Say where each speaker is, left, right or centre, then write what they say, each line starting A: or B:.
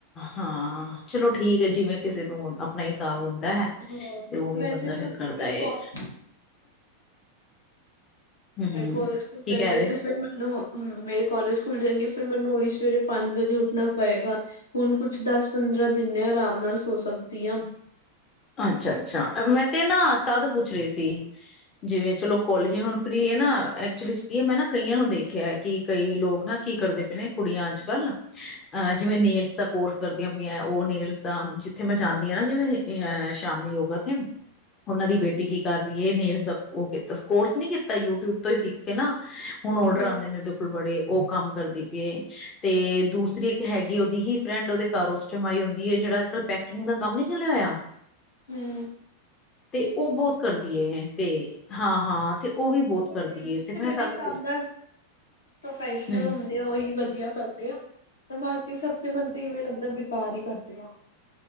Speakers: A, on the left; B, on the left.
A: ਹਾਂ, ਚਲੋ ਠੀਕ ਹੈ, ਜਿਵੇਂ ਕਿਸੇ ਤੋਂ ਆਪਣਾ ਹਿਸਾਬ ਹੁੰਦਾ ਹੈ
B: ਹੋਰ
A: ਤੇ ਉਵੇਂ
B: ਵੈਸੇ
A: ਬੰਦਾ
B: ਵੀ
A: ਫੇਰ
B: ਹੁਣ
A: ਕਰਦਾ
B: ਫਿਰ ਮੇਰੇ
A: ਏ।
B: ਕੋਲਜ
A: ਹੂੰ
B: ਮੇਰੇ ਕਾਲਜ ਖੁਲ
A: ਕੀ
B: ਜਾਏਗੇ
A: ਕਹਿ ਰਹੇ
B: ਤੇ ਫਿਰ ਮੈਨੂੰ, ਹ ਮੇਰੇ ਕੋਲਜ ਖੁੱਲ ਜਾਏਗੀ, ਫੇਰ ਮੈਨੂੰ ਉਹੀ ਸਵੇਰੇ ਪੰਜ ਵਜੇ ਉੱਠਣਾ ਪਏਗਾ। ਹੁਣ ਕੁਛ, ਦਸ -ਪੰਦਰਾਂ ਦਿਨ ਆਰਾਮ ਨਾਲ ਸੋ ਸਕਦੀ ਹਾਂ।
A: ਅੱਛਾ! ਅੱਛਾ! ਮੈਂ ਤੇ ਨਾ, ਤਦ ਪੁੱਛ ਰਹੀ ਸੀ ਜਿਵੇਂ ਚਲੋ ਕੋਲਜ ਹੁਣ ਫ੍ਰਰੀ ਹੈ ਨਾ, ਐਕਚੁਲੀ 'ਚ ਕੀ ਹੈ, ਮੈਂ ਨਾ ਕਈਆਂ ਨੂੰ ਦੇਖਿਆ ਹੈ ਕਿ ਕਈ ਲੋਕ ਨਾ ਕੀ ਕਰਦੇ ਪਏ ਨੇ, ਕੁੜੀਆਂ ਅੱਜ- ਕੱਲ੍ਹ ਅਹ ਜਿਵੇਂ ਨੇਲਸ ਦਾ ਕੋਰਸ ਕਰਦੀਆਂ ਪਈਆਂ, ਉਹ ਨੇਲਸ ਦਾ, ਜਿੱਥੇ ਮੈਂ ਜਾਂਦੀ ਹਾਂ ਨਾ ਜਿਵੇਂ ਅ ਸ਼ਾਮੀ ਯੋਗਾਥ ਉਹਨਾਂ ਦੀ ਬੇਟੀ ਕੀ ਕਰ ਰਹੀ ਏ, ਨੇਲਸ ਦਾ ਉਹ ਕੋਰਸ ਨੀ ਕੀਤਾ, ਯੂਟਿਊਬ ਤੋਂ ਹੀ ਸਿੱਖ ਕੇ ਨਾ। ਹੁਣ ਆਰਡਰ
B: ਹਾਂ
A: ਆਉਂਦੇ ਨੇ, ਇਹਦੇ ਕੋਲ ਬੜੇ ਉਹ ਕੰਮ ਕਰਦੀ ਪਈਏ, ਤੇ ਦੂਸਰੀ ਇੱਕ ਹੈਗੀ ਉਹਦੀ ਹੀ ਫਰੈਂਡ ਉਹਦੇ ਘਰ ਉਸ ਟਾਈਮ ਆਈ ਹੁੰਦੀ ਹੈ ਜਿਹੜਾ ਅੱਜ- ਕੱਲ ਪੈਕਿੰਗ ਦਾ ਕੰਮ ਨਹੀਂ ਚੱਲਿਆ ਹੋਇਆ।
B: ਹੂੰ
A: ਤੇ ਉਹ ਬਹੁਤ ਕਰਦੀ ਏ, ਤੇ ਹਾਂ- ਹਾਂ ਤੇ ਉਹ ਵੀ ਬਹੁਤ
B: ਬਟ
A: ਕਰਦੀ
B: ਨੇਲਸ
A: ਏ
B: ਤੇ
A: ਮੈਂ
B: ਮੇਰੇ
A: ਤਦ
B: ਹਿਸਾਬ ਨਾਲ, ਪ੍ਰੋਫੈਸ਼ਨਲ
A: ਹਮ
B: ਹੁੰਦੇ ਆ ਉਹੀ ਵਧੀਆ ਕਰਦੇ ਆ ਤਾਂ ਬਾਕੀ ਸਭ ਦੇ ਮਨ ਤੇ ਇਵੇਂ ਲੱਗਦਾ, ਬੇਕਾਰ ਹੀ ਕਰਦੇ ਆ।